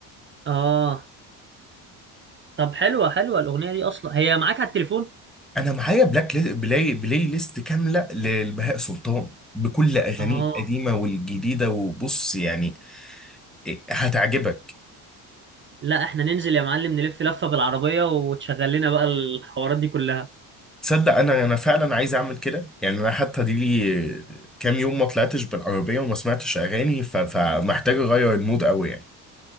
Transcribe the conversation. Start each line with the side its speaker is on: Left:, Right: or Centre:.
Right: اه طب حلوه حلوه الاغنيه دي اصلا هي معاك على التليفون
Centre: انا معايا بلاك لي... بلاي بلاي ليست كامله لبهاء سلطان بكل اغانيه
Right: اه
Centre: القديمه والجديده وبص يعني إيه، هتعجبك
Right: لا احنا ننزل يا معلم نلف لفه بالعربيه وتشغل لنا بقى الحوارات دي كلها
Centre: تصدق انا انا فعلا عايز اعمل كده يعني انا حتى دي لي كام يوم ما طلعتش بالعربيه وما سمعتش اغاني ف... فمحتاج اغير المود قوي يعني